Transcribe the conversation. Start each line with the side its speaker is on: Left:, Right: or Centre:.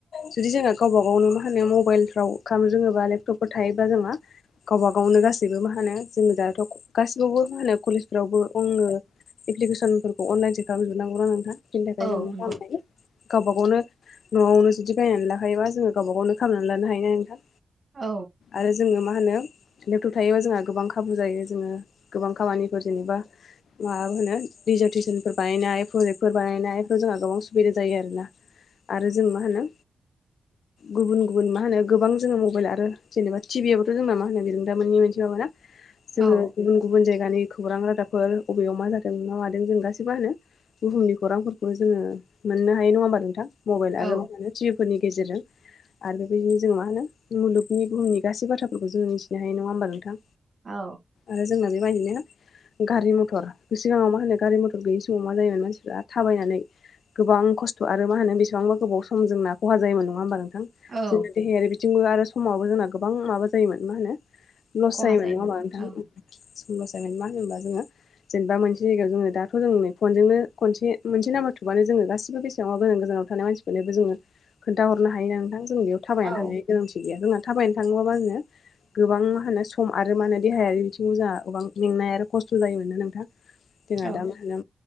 Left: जु जोंहा गावबा गावनो मा होनो मबाइलफ्राव खालामनो रोङोबा लेपटपफोर थायो जोंङो गावबा गावनो गासैबो मा होनो जोङो दाहाथ' गासिबावबो मा होनो कलेजफ्रावबो आङनो एप्लिकेसनफोरखौ अनलाइनसो खालामजोबनांगौ ना नोंथां बेनि थाखाय
Right: औ
Left: जों मा
Right: नंगौ
Left: खालामनाय गावबा गावनो न'आवनो जुदि बायनानै लाखायोबा जोङो गावबा गावनो खालामनानै लानो हायो ना नोंथां
Right: औ
Left: आरो जोङो मा मा होनो लेपटब थायोबा जोंहा गोबां खाबु जायो जोङो गोबां खामानिफोर जेनेबा माबा होनो डिजारटेसनफोर बानायनाय फ्रजेक्फोर बानायनाय जोंहा गोबां सुबिदा जायो आरोना आरो जों मा होनो गुबुन गुबुन मा होनो गोबां जोङो मबाइल आरो जेनेबा टिभि आवबोथ' जोंना मा होनो बिरोंदामोननि मोनसे माबााना जोङो
Right: औ
Left: गुबुन गुबुन जायगानि खौरां रादाबफोर बबेयाव मा जादों मा मादों जों गासैबो मा होनो बुहुमनि खौरांफोरखौ जोङो मोननो हायो नङा होमबा नोंथां मबाइल आरो
Right: औ
Left: मा होनो टि भि फोरनि गेजेरजों आरो बेबायदिनो जोङो मा होनो मुलुगनि बुहुमनि गासै बाथ्राफोरखौ जोङो मिथिनो हायो नङा होमबा नोंथां
Right: औ
Left: आरो जोंना बेबायदिनो गारि मथर सिगाङाव मा होनो गारि मथर गैयि समाव मा जायोमोन मानसिफ्रा थाबायनानै गोबां खस्थ' आरो मा होनो बेसेबांबा गोबाव सम जोंना खहा जायोमोन नङा होमबा नों
Right: औ
Left: जोंना देहायारि बिथिंबो आरो समावबो जोंना गोबां माबा जायोमोन मा होनो लस
Right: खहा
Left: जायो मोन
Right: जायोमोन
Left: नङा होनबा नोंथां
Right: औ
Left: ओम <unintelligible> मा होनोबा जोङो जेनेबा मोनसे जायगायाव जोंङो दाथ' जों नै फनजोंनो खनसे मोनसे नाम्बार थुबआानो जोङो गासिबो बेसेबांबा गोजान गोजान थानाय मानसिखौनोबो जोङो खोनथा हरनो हायो नोंथां जों बेयाव थाबायनानै
Right: औ
Left: थांनायनि गोनांथि गैया <unintelligible> थाबायनो थाङोबाबा जङो गोबां मा होनो सम आरो मा होनो देहायारि बि थांजा गोबां मेंनाय आरो खस्थ' जायोमोन ना नोंथां जोंहा
Right: औ
Left: दा मा होनो